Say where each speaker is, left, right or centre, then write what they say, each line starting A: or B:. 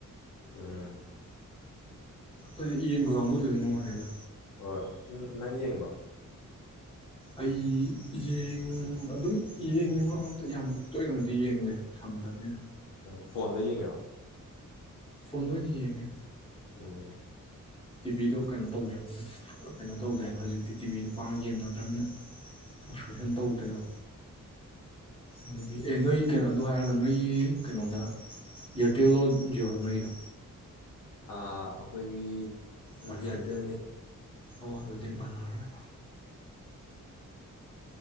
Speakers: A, on the left; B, on the left.
A: ꯎꯝ
B: ꯑꯗꯨꯗꯤ ꯌꯦꯡꯕ ꯀꯥꯡꯕꯨꯗꯨꯗꯤ ꯅꯨꯡꯉꯥꯏꯔꯤꯗ
A: ꯑꯣ ꯅꯪ ꯌꯦꯡꯕꯣ
B: ꯑꯩ ꯌꯦꯡ ꯑꯗꯨꯝ ꯌꯦꯡꯉꯤ ꯃꯔꯛ ꯃꯔꯛꯇ ꯌꯥꯝ ꯇꯣꯏꯅꯃꯛꯗꯤ ꯌꯦꯡꯗꯦ ꯁꯪꯗꯅꯤꯅ
A: ꯐꯣꯟꯗ ꯌꯦꯡꯉꯤꯔꯣ
B: ꯐꯣꯟꯗ ꯑꯣꯏꯅ ꯌꯦꯡꯉꯦ
A: ꯎꯝ
B: ꯇꯤꯚꯤꯗꯣ ꯀꯩꯅꯣ ꯇꯧꯗ꯭ꯔꯅꯤꯅ ꯀꯩꯅꯣ ꯇꯧꯗ꯭ꯔꯦꯅ ꯍꯧꯖꯤꯛꯇꯤ ꯇꯤꯚꯤꯗꯨ ꯃ ꯄꯥꯡ ꯌꯦꯡꯅꯗ꯭ꯔꯕꯅꯤꯅ ꯁꯞꯁꯀ꯭ꯔꯤꯞꯁꯟ ꯇꯧꯗꯦꯕ ꯑꯗꯨꯒꯤ ꯑꯦ ꯅꯣꯏ ꯀꯩꯅꯣ ꯑꯗꯨ ꯍꯥꯏꯔꯒ ꯅꯣꯏꯒꯤ ꯀꯩꯅꯣꯗ ꯏꯌꯥꯔꯇꯦꯜꯣ ꯖꯤꯑꯣꯗꯣ ꯅꯣꯏꯒꯤꯗ
A: ꯑ ꯑꯩꯈꯣꯏꯒꯤ
B: ꯋꯥꯏ
A: ꯏꯌꯥꯔꯇꯦꯜꯅꯤ
B: ꯐꯥꯏ ꯑꯣ ꯑꯗꯨꯗꯤ ꯃꯥꯟꯅꯔꯔꯣꯏ